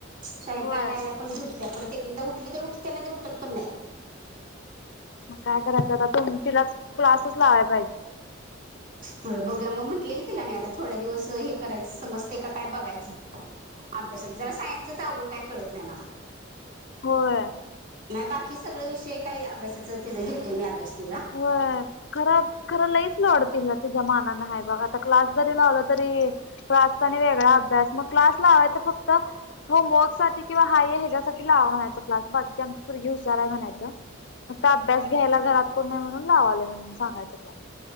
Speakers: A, on the right; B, on the left.
A: शाळेत
B: होय
A: ना आल्या आल्या पण झोपते परत एक एकदा उठली तर उठतना तर उठत पण नाही
B: मग काय करायचं आता त तिलाच क्लासच लावायचा
A: हो बघ्या मग म्हंटले की काही नाही आता थोड्या दिवस हे करायचं समजते काय बघायचं अभ्यासाात जरा सायनसच अवड काय कळत नाही मला
B: होय
A: म बाकी सगळे विषय काय अभ्यासाचं तिं घेतोय मी अभ्यास तिचा
B: हो खरा खरं लईच लोड दिला ना तिच्या मानान ह बघा आता क्लास जरी लावला तरी क्लासचा आणि वेगळा अभ्यास मग क्लास लावायचा फक्त होमवर्क सा किंवा हाय ह्याच्यासाठी क् बाकी आमचीगी हुशार म्हणायच अभ्यास घ्यायला घरात नाही म्हणून लावाले म्हणून सांगायचं क्लास